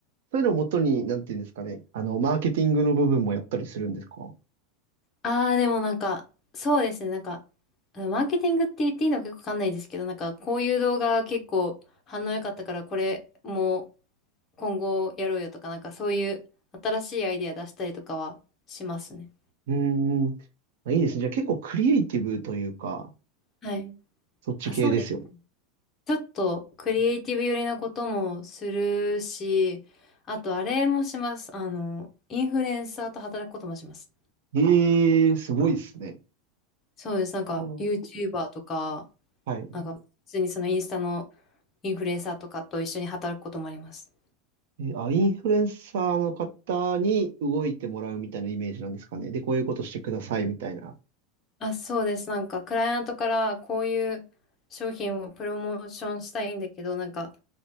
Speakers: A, on the right (about 60°); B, on the left (about 20°).
A: そういうのをもとに、なんて言うんですかね。あの、マーケティングの部分もやったりするんですか
B: ああ、でもなんか、そうですね。なんか、マーケティングって言っていいのか結構わかんないですけど、なんか、こういう動画結構反応良かったから、これも今後やろうよとか、なんかそういう新しいアイデア出したりとかはしますね。
A: うーん。まあ、いいですね。じゃあ結構クリエイティブというか、
B: はい。
A: そっち系ですよね。
B: あ、そうですね。ちょっとクリエイティブ寄りなこともするし、あとあれもします。あの、インフルエンサーと働くこともします。
A: ええー、すごいですね。
B: そうです。なんか
A: うん
B: YouTuber とか、
A: はい。
B: なんか普通にそのインスタのインフルエンサーとかと一緒に働くこともあります。
A: え、あ、インフルエンサーの方に動いてもらうみたいなイメージなんですかね。で、こういうことしてくださいみたいな。
B: あ、そうです。なんか、クライアントからこういう商品をプロモーションしたいんだけど、なんか、